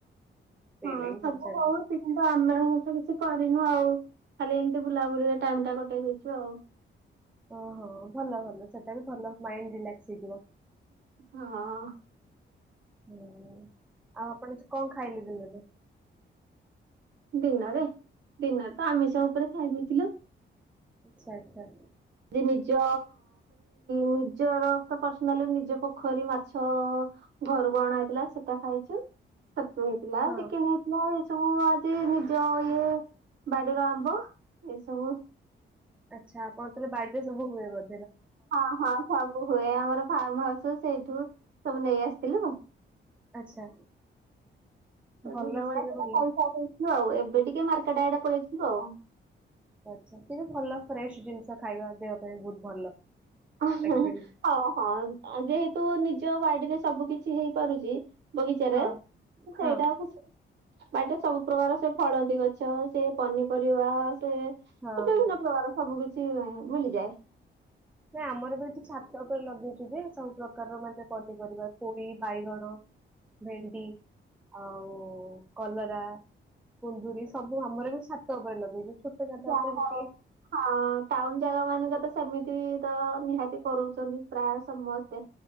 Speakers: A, in the centre; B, on the right (about 65°).
A: ସେଇ
B: ହଁ
A: ଲାଗି ପଚାରିଲି।
B: ସବୁ ହଉଛି କିନ୍ତୁ ଆମେ ତ କିଛି କ ରିନୁ ଆଉ ଖାଲି ଏମିତି ବୁଲାବୁଲି ଟାଇମ ଟା କଟେଇ ଦେଇଛୁ ଆଉ।
A: ଓହୋ ଭଲ ଭଲ ସେଟା ବି ଭଲ ମାଇଣ୍ଡ ରିଲାକ୍ସ ହେଇଯିବ।
B: ହଁ।
A: ହୁଁ ଆଉ ଆପଣ କଣ ଖାଇଲେ ଦିନରେ?
B: ଦିନରେ ଦିନରେ ତ ଆମିଷ ଉପରେ ଖାଇ ଦେଇଥିଲୁ।
A: ଆଛା ଆଚ୍ଛା।
B: ଯେ ନିଜ ନିଜର ପର୍ସନାଲ ନିଜ ପୋଖରୀ ମାଛ ଘରକୁ ଅଣା ହେଇଥିଲା ସେଟା ଖାଇଛୁ। ଛତୁ ହେଇଥିଲା
A: ହଁ
B: ଚିକେନ ହେଇଥିଲା। ସବୁ ଆଜି ନିଜ ଇଏ ବାଡିର ଆମ୍ବ ଏସବୁ
A: ଆ୍ଛା ଆପଣ କେବେ ବାଡ଼ି ଏ ସବୁ ହୁଏ ଗ
B: ହଁ ହଁ ସବୁ ହୁଏ ଆମର ଫାର୍ମ ହାଉସ୍ ସେଇଠୁ ସବୁ ନେଇ ଆସିଥିଲୁ।
A: ଆଚ୍ଛା।
B: ସବୁ
A: ଭଲ
B: ନେଉଳ
A: ସିଏ ବି
B: ସେଟା
A: ଭଲ
B: ଖାଇକି ସାରିଦେଇଛି। ଆଉ ଏବେ ଟିକେ ମାର୍କେଟା ଆଡେ ପଳେଇଥିଲୁ ଆଉ
A: ଆଛା ସେ ଭଲ ଫ୍ରେଶ୍ ଜିନିଷ ଖାଇବା ଦେହ ପାଇଁ ବହୁତ ଭଲ।
B: ହଁ
A: ଆକ୍ଚୁଆଲି
B: ହଁ। ଯେହେତୁ ନିଜ ବାଡିରେ ସବୁ କିଛି ହେଇପାରୁଛି ବଗିଚାରେ
A: ହଁ
B: ସେଇଟା
A: ହଁ
B: ଖୁସି ବାଟରେ ସବୁ ପ୍ରକାର ସେ ଫଳନ୍ତି ଗଛ ସେ ପନିପରିବା ଟେ
A: ହଁ
B: ବିଭିନ୍ନ
A: ହଁ।
B: ପ୍ରକାର ସବୁ କିଛି ସେ ଭୁଲିଯାଏ।
A: ନ ଆମର ବି ଏଠି ଛାତ ଉପରେ ଲଗେଇଛୁ ଯେ ସବୁ ପ୍ରକାରର ମାନେ ପନିପରିବା ପୋଇ ବାଇଗଣ ଭେଣ୍ଡି ଆଉ କଲରା କୁନ୍ଦୁରି ସବୁ ଆମର ବି ଛାତ ଉପରେ ଲଗେଇଛୁ। ଛୋଟ ଜାଗା
B: ଯାହ
A: ଉପରେ ଯେତିକି
B: ହଁ ଟାଉନ ଜାଗା ମାନଙ୍କ ତ ସେ ସେମିତି ତ ନିହାତି କରୁଛନ୍ତି ପ୍ରାୟ ସମସ୍ତେ